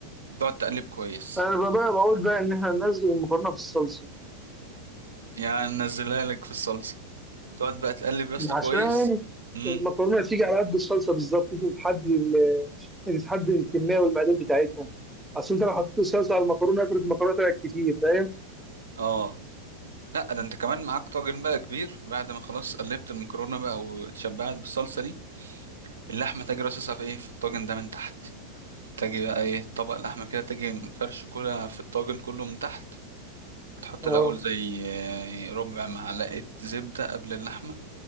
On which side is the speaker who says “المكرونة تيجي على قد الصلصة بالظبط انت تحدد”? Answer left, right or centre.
Centre